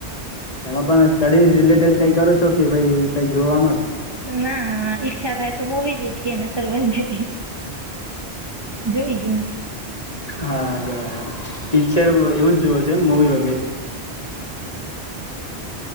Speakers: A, on the left; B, on the right.
A: એમાં પણ સ્ટડી રિલેટેડ કઈ કરો છો કે પહી કઈ જોવાવામાં જ
B: ના ઈચ્છા થાય તો મુવી દેખીએને તરબઈ જોઈ ગમ.
A: હા હા બરાબર પિક્ચર એવું જ જોવે છે મુવી વ <inaudible>